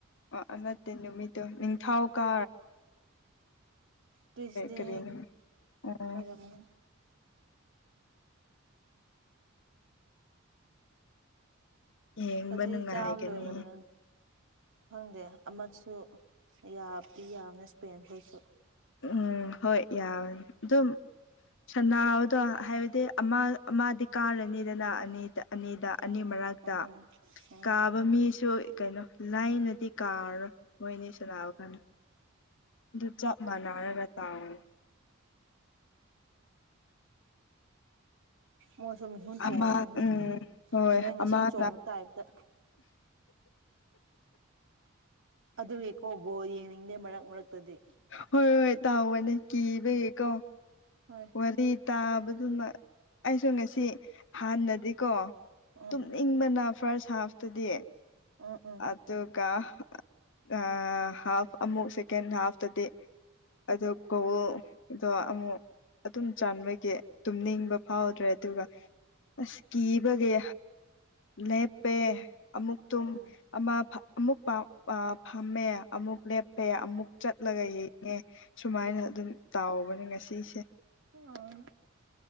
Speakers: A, on the left (about 65°); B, on the right (about 65°).
A: ꯑ ꯅꯠꯇꯦ ꯅꯨꯃꯤꯠꯇ ꯅꯤꯡ ꯊꯥꯎ ꯀꯥ
B: ꯇꯁꯗꯤ
A: ꯀꯔꯤ ꯅꯨꯃꯤꯠ ꯑꯣ
B: ꯑꯣꯏꯗꯃꯣꯏ
A: ꯌꯦꯡꯕ
B: ꯍꯧꯖꯤ
A: ꯅꯨꯡꯉꯥꯏꯒꯅꯤ
B: ꯆꯥꯃ ꯂꯣꯏꯔꯕ ꯅ ꯈꯪꯗꯦ ꯑꯃꯁꯨ ꯌꯥꯕꯗꯤ ꯌꯥꯕꯅꯦ ꯏꯁꯄꯦꯟꯈꯣꯏꯁꯨ
A: ꯎꯝ ꯍꯣꯏ ꯌꯥꯔ ꯑꯗꯨꯝ ꯁꯅꯥ ꯑꯗꯣ ꯍꯥꯏꯕꯗꯤ ꯑꯃ ꯑꯃꯗꯤꯗꯤ ꯀꯥꯔꯅꯤꯗꯅ ꯑꯅꯤꯗ ꯑꯅꯤꯗ ꯑꯅꯤ ꯃꯔꯛꯇ
B: ꯎꯝ ꯎꯝ
A: ꯀꯥꯕ ꯃꯤꯁꯨ ꯀꯩꯅꯣ ꯂꯥꯏꯅ ꯁꯤꯤ ꯀꯥꯔ ꯃꯣꯏꯅꯤꯁꯨ ꯂꯥꯛꯑ ꯀꯥꯟꯗ ꯑꯗꯨ ꯆꯞ ꯃꯥꯟꯅꯅꯒ ꯇꯥꯎ
B: ꯃꯣꯏꯁꯨ ꯃꯤꯍꯨꯟ ꯆꯣꯡꯉꯝꯒꯅꯤ
A: ꯑꯃ ꯎꯝ ꯍꯣꯏ
B: ꯅꯣꯏ ꯉꯁꯤ
A: ꯑꯃꯅ
B: ꯆꯣꯡꯕ ꯇꯥꯏꯞꯇ ꯑꯗꯨꯒꯤꯀꯣꯕꯣ ꯌꯦꯡꯅꯤꯡꯗꯦ ꯃꯔꯛ ꯃꯔꯛꯇꯗꯤ
A: ꯍꯣꯏ ꯍꯣꯏ ꯇꯥꯎꯕꯅꯦ ꯀꯤꯕꯀꯣ
B: ꯍꯣꯏ
A: ꯋꯥꯔꯤ ꯇꯥꯕꯗꯨꯅ ꯑꯩꯁꯨ ꯉꯁꯤ ꯍꯥꯟꯅꯗꯤꯀꯣ
B: ꯎꯝ
A: ꯇꯨꯝꯅꯤꯡꯕꯅ ꯐꯥꯔꯁ ꯍꯥꯐꯇꯗꯤ
B: ꯎꯝ ꯎꯝ
A: ꯑꯗꯨꯒ ꯑ ꯍꯥꯐ ꯑꯃꯨꯛ ꯁꯦꯀꯦꯟ ꯍꯥꯐꯇꯗꯤ ꯑꯗꯨ ꯀꯣꯜꯗꯣ ꯑꯃꯨꯛ ꯑꯗꯨꯝ ꯆꯕꯒꯤ ꯇꯨꯝꯅꯤꯡꯕ ꯍꯥꯎꯗ꯭ꯔꯦ ꯑꯗꯨꯒ ꯑꯁ ꯀꯤꯕꯒꯤ ꯂꯦꯞ ꯄꯦ ꯑꯃꯨꯛ ꯇꯨꯝ
B: ꯎꯝ
A: ꯑꯃꯨꯛꯥꯎ ꯐꯝꯃꯦ ꯑꯃꯨꯛ ꯂꯦꯞꯄꯦ ꯑꯃꯨꯛ ꯆꯠꯂꯒ ꯌꯦꯡꯉꯦ ꯁꯨꯃꯥꯏꯅ ꯑꯗꯨꯝ ꯇꯥꯎꯕꯅꯦ ꯉꯁꯤꯁꯦ
B: ꯎꯝ